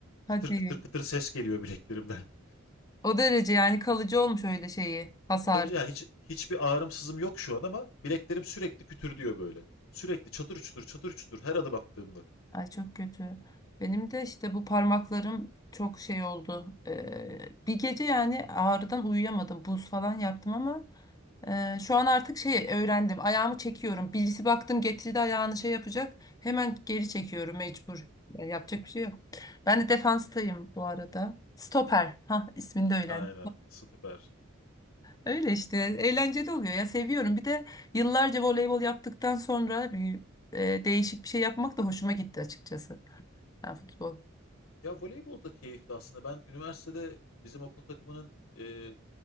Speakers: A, on the left (about 15°); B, on the left (about 80°).
A: hadi.
B: Kıtır kıtır kıtır ses geliyor bileklerimden. <laughs>
A: O derece yani kalıcı olmuş öyle şeyi hasar.
B: Tabii canım hiç hiçbir ağrım sızım yok şu an ama bileklerim sürekli kütür diyor böyle. Sürekli çatır çutur çatır çutur her adım attığımda.
A: Ay çok kötü. Benim de işte bu parmaklarım çok şey oldu. Ee, bir gece yani ağrıdan uyuyamadım. Buz falan yaptım ama e, şu an artık şey öğrendim. Ayağımı çekiyorum. Birisi baktım getirdi ayağını şey yapacak. Hemen geri çekiyorum mecbur. Ya yapacak bir şey yok. Ben de defanstayım bu arada. Stoper. Ha ismini de öğrendim.
B: Aynen, süper.
A: Öyle işte eğlenceli oluyor ya seviyorum. Bir de yıllarca voleybol yaptıktan sonra bir e, değişik bir şey yapmak da hoşuma gitti açıkçası. Ha, futbol.
B: Ya voleybol da keyifli aslında. Ben üniversitede bizim okul takımının e,